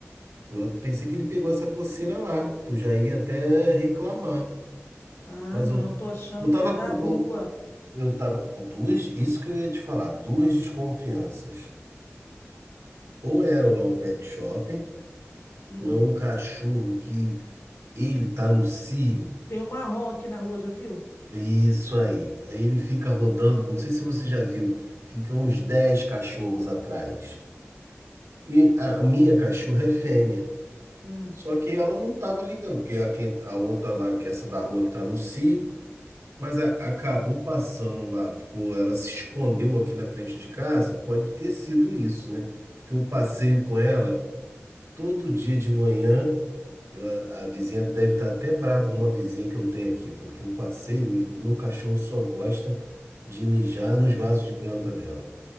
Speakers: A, on the right; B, on the left.
A: eu pensei que ele pegou essa coceira lá, que eu já ia até reclamar.
B: Ah,
A: Mas
B: não,
A: eu,
B: tô achando
A: eu tava
B: que é da
A: com.
B: rua.
A: Eu, Eu tava com duas, isso que eu ia te falar, duas desconfianças. Ou era lá o Law Pet Shopping,
B: Hum.
A: ou é um cachorro que ele tá no cio.
B: Tem um marrom aqui na rua, já viu?
A: Isso aí. Aí Ele fica rodando, não sei se você já viu, fica uns 10 cachorros atrás. E a minha cachorra é fêmea.
B: Hum.
A: Só que ela não tava ligando, porque a, quem- a outra lá, que essa da rua que tá no cio, Mas a- acabou passando lá, ficou, ela se escondeu aqui na frente de casa, pode ter sido isso, né? Porque eu passeio com ela todo dia de manhã. eu- a, a vizinha deve estar até braba, uma vizinha que eu tenho aqui, porque eu passeio e meu cachorro só gosta de mijar nos vasos de planta dela.